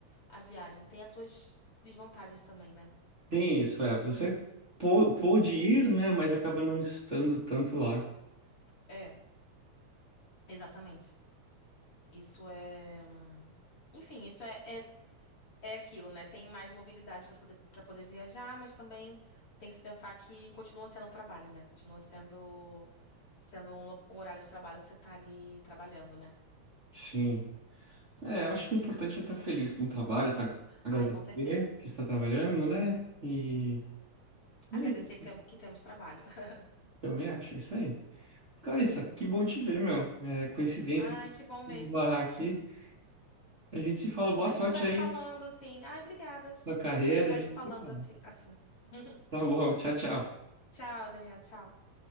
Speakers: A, on the left; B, on the right.
A: a viagem. Tem as suas desvantagens também, né?
B: Tem isso, é. Você pô- pôde ir, né? Mas acaba não estando tanto lá.
A: É, Exatamente. Isso é. hum, Enfim, isso é, é É aquilo, né? Tem mais mobilidade para poder, para poder viajar, mas também tem que se pensar que continua sendo trabalho, né? Continua sendo sendo um, lo- um horário de trabalho que você tá ali trabalhando, né?
B: Sim. É, eu acho que o importante é estar feliz com o trabalho, tá, agradecer
A: Ai, com certeza.
B: que está trabalhando, né? E. e
A: Agradecer
B: é
A: que, tem, que temos trabalho. <laughs>
B: Também acho, é isso aí. Cara, que bom te ver, meu. É coincidência
A: Ai,
B: de
A: que bom mesmo.
B: esbarrar aqui. A gente se fala. Boa
A: A
B: sorte
A: gente vai
B: aí,
A: se falando assim. Ai, obrigada.
B: na sua carreira,
A: A gente
B: a
A: vai
B: gente
A: se falando
B: se fala.
A: assim. assim. <laughs>
B: Tá bom, tchau, tchau.
A: Tchau, Daniel. Tchau.